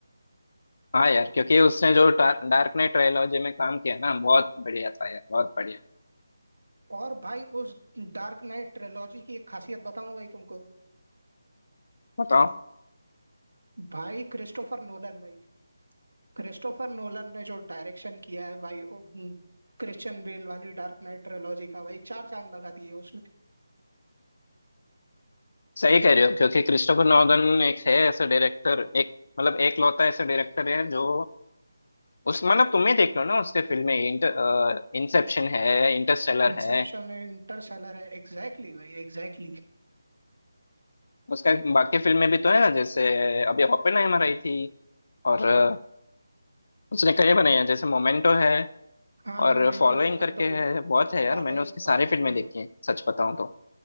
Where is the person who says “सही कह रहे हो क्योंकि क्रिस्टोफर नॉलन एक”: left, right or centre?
Left